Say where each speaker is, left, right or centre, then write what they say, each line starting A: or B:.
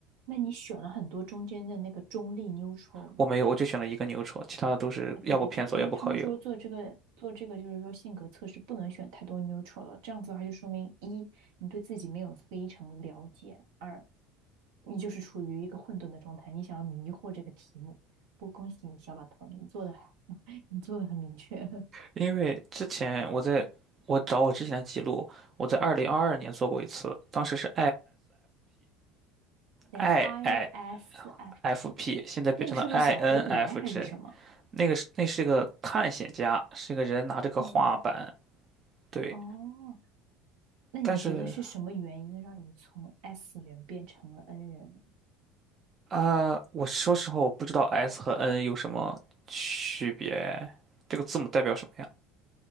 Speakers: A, on the right; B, on the right.
A: 那你选了很多中间的那个中立 neutral
B: 我没有，
A: 吗？
B: 我就选了一个牛车，其他的都是要不偏左，
A: 啊，对对对，因为他们说做这个做这个就是说性格测试不能选太多
B: 要不靠右。
A: neutral 了，这样子的话就说明一你对自己没有非常了解，二你就是处于一个混沌的状态，你想要迷惑这个题目。不，恭喜你，小老头，你做的 <laughs> 你做的很明确。<laughs>
B: 因为之前我在我找我之前的记录，我在二零二二年做过一次，当时是
A: 等一下
B: ISFP，IIFP，
A: i s f p
B: 现在变成了
A: 那个是不是小蝴蝶还是什么？
B: INFJ。那个是那是个探险家，是个人拿着个画板，
A: 我探一下。
B: 对。
A: 哦，那你觉得是什么原因让你从
B: 但是
A: S 人变成了 N 人呢？
B: 啊、呃我说实话，我不知道 S 和 N 有什么区别，这个字母代表什么呀？